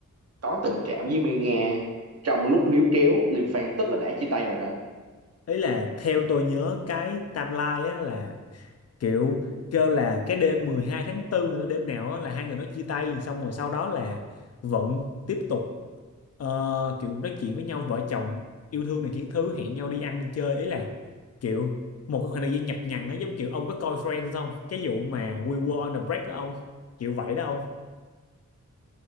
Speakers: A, on the right (about 50°); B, on the left (about 55°).
A: có tình cảm với Mai Nga trong lúc níu kéo Liêm Phan tức là đã chia tay rồi hả
B: ý là theo tôi nhớ cái timeline á là kiểu kêu là cái đêm 12 tháng 4 nữa đêm nào á là hai người nó chia tay xong rồi sau đó là vẫn tiếp tục ờ, kiểu nói chuyện với nhau vợ chồng yêu thương này kiến thứ hẹn nhau đi ăn đi chơi ý là kiểu một cái khoảng thời gian nhập nhằng á giống kiểu ông có coi Friends không cái vụ mà We were on a break đó không kiểu vậy đó